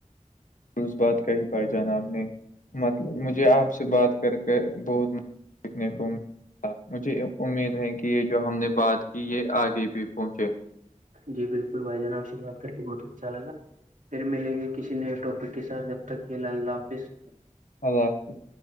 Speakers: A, on the left; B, on the right.
A: اس بات کہ ہی پائی جان آپ نے مطلب مجھے آپ سے بات کر کے بہت سیکھنے کو م مجھے امید ہے کہ یہ جو ہم نے بات کی یہ آگے بھی پہنچے
B: جی بالکل بھائی جان آپ سے بات کر کے بہت اچھا لگا پھر ملیں گے کسی نئے ٹاپک کے ساتھ جب تک کہ ال اللہ حافظ
A: اللہ حافظ